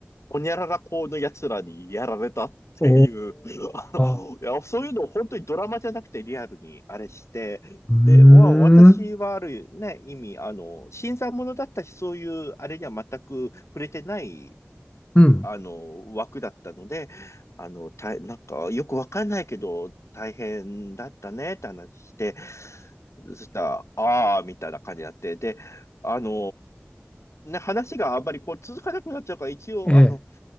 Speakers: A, on the left; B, on the left.
A: ほにゃらら校の奴らにやられたっていう、
B: お
A: <laughs> あの、
B: ー。
A: いや、そういうのを本当にドラマじゃなくてリアルにあれして、
B: うー
A: で、まあ、私はあるね、
B: ん。
A: 意味、あの、新参者だったし、そういうあれには全く触れてない、
B: うん。
A: あの、枠だったので、あの、た、なんか、よくわかんないけど、大変だったねって話して、そしたら、ああ、みたいな感じになって、で、あの、ね、話があんまりこう続かなくなっちゃうから、一応、
B: ええ。
A: あの、